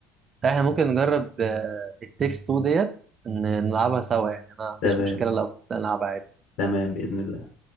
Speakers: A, on the right (about 40°); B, on the left (about 70°).
A: احنا ممكن نجرب آه، التكست 2 ديت ن- نلعبها سوا يعني انا ما عنديش
B: تمام
A: مشكله لو نلعبها عادي
B: تمام بإذن الله